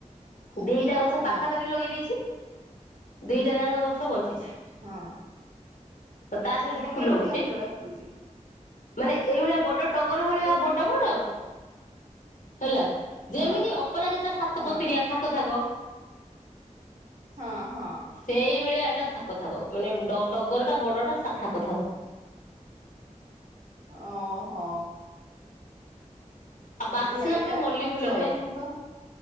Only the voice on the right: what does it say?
ହଁ
ହଁ।
ସେଇଟା
କେମିତିକା
ଫୁଲଟା ଫୁଟୁଛି
କେମିତି
ହଁ
ହଁ।
ହଁ ହଁ।
ଅ ହ।
ଭି ଆଇଟା
ହେଲେ
ବଞ୍ଚି
ଯାଉ
ମୁଁ ତ